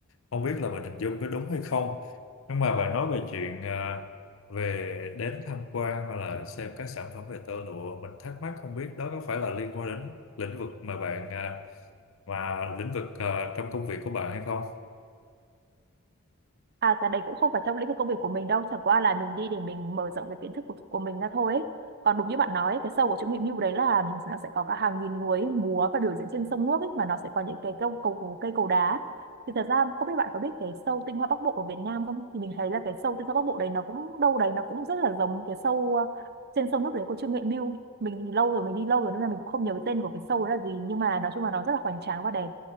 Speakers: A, on the left (about 75°); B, on the right (about 50°).
A: Không biết là mình hình dung có đúng hay không. Nhưng mà bạn nói về chuyện à, về đến tham quan hoặc là xem các sản phẩm về tơ lụa mình thắc mắc không biết đó có phải là liên quan đến lĩnh vực mà bạn à, mà lĩnh vực à, trong công việc của bạn hay không?
B: À cái đấy cũng không phải trong lĩnh vực công việc của mình đâu, chẳng qua là mình đi để mình mở rộng cái kiến thức của, của mình ra thôi ấy. Còn đúng như bạn nói ấy, cái show của Trương Mỹ Mưu đấy là nó sẽ có cả hàng nghìn người ấy, múa và biểu diễn trên sông nước ấy mà nó sẽ có những cái câu cầu cây cầu đá. Thì thật ra không biết bạn có biết cái show Tinh Hoa Bắc Bộ ở Việt Nam không? Thì mình thấy là cái show Tinh Hoa Bắc Bộ đấy nó cũng đâu đấy nó cũng rất là giống cái show uh, trên sông nước đấy của Trương Nghệ Mưu. Mình thì lâu rồi mình đi lâu rồi nên là mình cũng không nhớ cái tên của cái show đấy là gì nhưng mà nói chung là nó rất là hoành tráng và đẹp